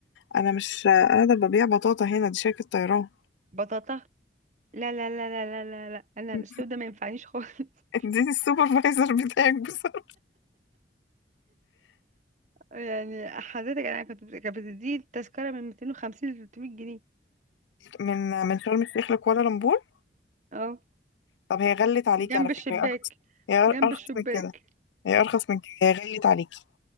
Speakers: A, on the left; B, on the right.
A: أنا مش قاعدة ببيع بطاطا هنا دي شركة طيران
B: بطاطا لا لا لا لا لا لا لا انا
A: <laughs>
B: الاسلوب ده ما ينفعنيش خالص <laughs>
A: اديني السوبرفايزر بتاعك بسرعة
B: يعني حضرتك انا كنت كانت بتدي التذكره من 250 ل 300 جنيه
A: من من شرم الشيخ لكوالالمبور
B: اه
A: طب هي غلت عليكي
B: جنب
A: على فكرة
B: الشباك
A: هي أرخص هي
B: جنب
A: أرخص
B: الشباك
A: من كده هي ارخص من كده هي غليت عليكي